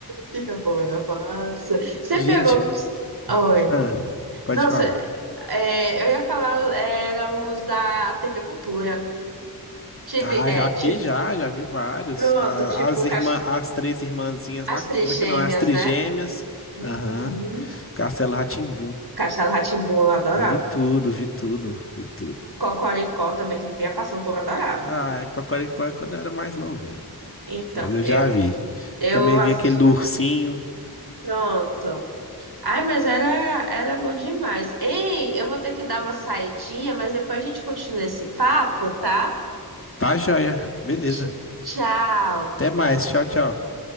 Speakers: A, on the right; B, on the left.
A: Fica a povo na massa. Você
B: Gente,
A: pegou os. Oi.
B: ah, pode
A: Não,
B: falar.
A: cê- é, eu ia falar, era os da TV Cultura. Tive,
B: Ah,
A: é,
B: já vi,
A: tipo,
B: já, já vi vários.
A: pronto,
B: A-
A: tipo,
B: As irmã,
A: Cas-
B: as três irmãzinhas
A: as
B: lá,
A: Três
B: como é
A: Gêmeas,
B: que não? As trigêmeas.
A: né? Uhum.
B: Aham. Castelo rá tim
A: Castelo rá tim eu adorava.
B: Vi tudo, vi tudo, vi tudo.
A: Cocoricó também que vivia passando, o povo adorava.
B: Ah, é Cocoricó é quando eu era mais novinho.
A: Então,
B: Mas eu
A: eu,
B: já vi.
A: eu
B: Também
A: assisti.
B: vi aquele do ursinho.
A: Pronto. Ai, mas era, era bom demais. Ei, eu vou ter que dar uma saidinha, mas depois a gente continua esse papo, tá?
B: Tá joia. Beleza.
A: Tch- Tchau.
B: Até mais. Tchau, tchau.